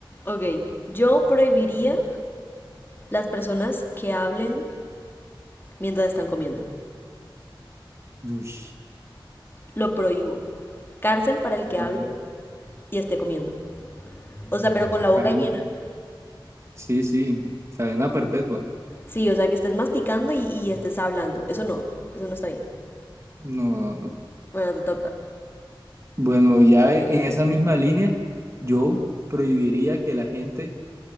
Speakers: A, on the left; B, on the right.
A: Ok, yo prohibiría las personas que hablen mientras están comiendo.
B: Uy,
A: Lo prohíbo. Cárcel para el
B: qué
A: que
B: cadena.
A: hable y esté comiendo. O sea, pero con la boca
B: cadena-
A: llena.
B: Sí, sí, cadena perpetua.
A: Sí, o sea, que estés masticando y, y estés hablando. Eso no, eso no está bien.
B: No, no, no.
A: Bueno, te toca.
B: Bueno, ya en esa misma línea, yo prohibiría que la gente